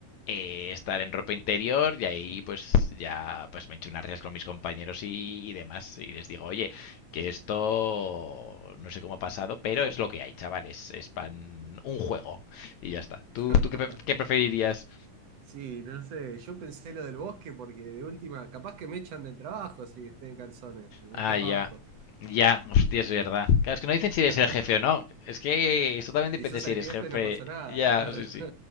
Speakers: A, on the left; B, on the right.
A: eh, estar en ropa interior y ahí pues ya pues me echo unas risas con mis compañeros y, y demás y les digo, oye, que esto no sé cómo ha pasado, pero es lo que hay, chavales, es pan un juego y ya está. ¿Tú,
B: <laughs>
A: tú qué, pre- qué preferirías?
B: Sí, no sé, yo pensé lo del bosque porque de última, capaz que me echan del trabajo si estoy en calzones, del
A: Ah,
B: trabajo.
A: ya. Ya, hostia, es verdad. Claro, es que no dicen si eres
B: <laughs>
A: el jefe o no. Es que esto también
B: Si
A: depende
B: sos
A: si
B: el
A: eres
B: jefe
A: jefe.
B: no pasa nada,
A: Ya,
B: claro.
A: sí, sí.